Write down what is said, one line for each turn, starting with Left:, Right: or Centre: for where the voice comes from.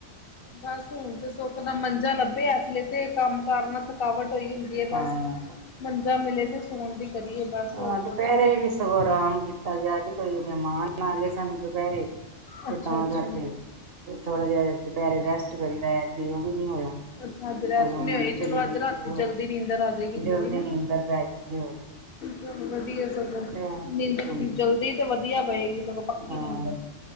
Left: ਬਸ ਹੁਨ ਤੇ ਸੁੱਖ ਦਾ ਮੰਜਾ ਲੱਭਿਆ, ਐਸਲੇ ਤੇ ਕੰਮ-ਕਾਰ ਨਾਲ ਥੱਕ ਥਕਾਵਟ ਹੋਈ ਹੁੰਦੀ ਏ ਬਸ,
Right: ਹਾਂ
Left: ਮੰਜਾ ਮਿਲੇ ਤੇ ਸੋਣ ਦੀ ਕਰੀਏ ਬਸ।
Right: ਹਾਂ,
Left: ਹੋਰ
Right: ਦੁਪੈਰੇ
Left: ਕੁਛ
Right: ਵੀ ਨੀ ਸਗੋਂ ਰਾਮ ਕੀਤਾ ਗਿਆ, ਅੱਜ ਕੋਈ ਮੈਹਮਾਨ ਆ ਗਏ ਸਨ ਦੁਪੈਰੇ। ਤੇ
Left: ਅੱਛਾ
Right: ਤਾਂ
Left: ਅੱਛਾ।
Right: ਕਾਰਕੇ ਥੋੜਾ ਜੇਆ ਦੁਪੈਰੇ ਰੈਸਟ ਕਰੀਦਾ ਐਕਤੀ ਓਵੀ ਨੀ ਹੋਇਆ।
Left: ਅੱਛਾ, ਅੱਜ ਰੈਸਟ
Right: ਸਗੋਂ
Left: ਨੀ
Right: ਹੁਣ
Left: ਹੋਈ, ਚਲੋ
Right: ਸਰੀਰ
Left: ਅੱਜ ਰਾਤੀ
Right: ਅਹ
Left: ਜਲਦੀ ਨੀਂਦਰ ਆਜੇਗੀ
Right: ਜਲਦੀ
Left: ਥੋੜੀ ਨਾ‌
Right: ਨੀਂਦਰ ਪੈ ਜਾਏਗੀ ਹੋਰ ਕੀ
Left: ਚਲੋ ਵਧੀਐ ਸਗੋਂ,
Right: ਤੇ ਹਾਂਜੀ
Left: ਨੀਂਦਰ ਓਦੀ ਜਲਦੀ ਤੇ ਵਦੀਆ ਪਏਗੀ। ਚਲੋ ਪੱਕੀ
Right: ਹਾਂ
Left: ਨਿੰਦਰ,